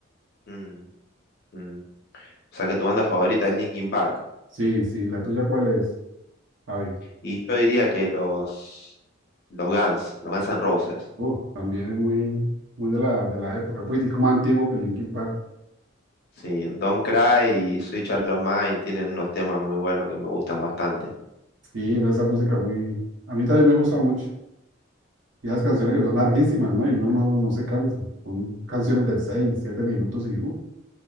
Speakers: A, on the left (about 50°); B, on the right (about 60°).
A: Mm, mm. O sea que tu banda favorita es Linkin Park.
B: Sí, sí, la tuya cuál es, Javi.
A: Y yo diría que los, los Guns, los Guns N' Roses.
B: Uf, también es muy, muy de la, de la época, un poquitico más antiguo que Linkin Park.
A: Sí, Don't Cry y Switch Out of Mind tienen unos temas muy buenos que me gustan bastante.
B: Sí, era esa música muy, a mí también me gusta mucho. Y esas canciones que son larguísimas, ¿no? Y uno no, no se cansa. Son canciones de seis, siete minutos y uf,